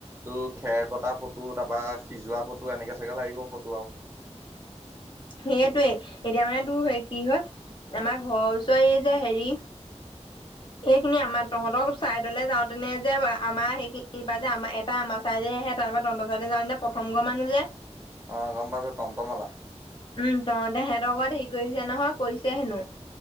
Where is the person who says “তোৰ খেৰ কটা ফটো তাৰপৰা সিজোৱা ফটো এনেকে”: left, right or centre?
Right